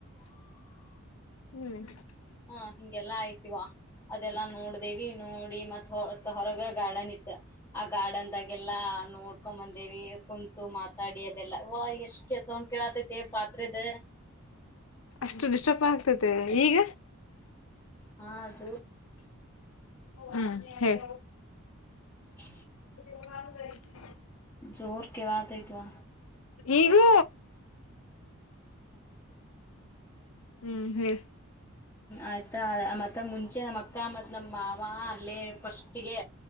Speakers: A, on the left; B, on the left.
A: ಹ್ಮ್
B: ಹಾ ಹಿಂಗೆಲ್ಲಾ ಆಯ್ತಿವಾ ಅದೆಲ್ಲಾ ನೋಡ್ದೇವಿ ನೋಡಿ ಮತ್ತ್ ಹೊ ಹೊರಗ ಗಾರ್ಡನ್ ಇತ್ತ ಆ ಗಾರ್ಡನ್ದಾಗೆಲ್ಲಾ ನೋಡ್ಕೊ ಬಂದೇವಿ ಕುಂತು ಮಾತಾಡಿ ಅದೆಲ್ಲಾ ವ ಎಷ್ಟ್ ಕೆಸವೊಂಡ್ ಕೇಳತತಿ ಪಾತ್ರದ
A: ಅಷ್ಟು ಡಿಸ್ಟರ್ಬ್ ಆಗ್ತತೆ ಈಗ
B: ಹಾ ಜ
A: ಹ್ಮ ಹೇಳೇ
B: ಹ
A: ೇ
B: ಜೋರ್ ಕವತಐ್ತವಾ
A: ಈಗೂ ಹ್ಮ್ ಹೇಳ್ಮ
B: ಆಯ್ತಾ ಮತ್ತ ಮುಂಚೆ ನಮ್ಮ್ ಅಕ್ಕ ಮತ್ ನಮ್ಮ ಮಾವ ಅಲ್ಲೇ ಫಸ್ಟ್ಗೆ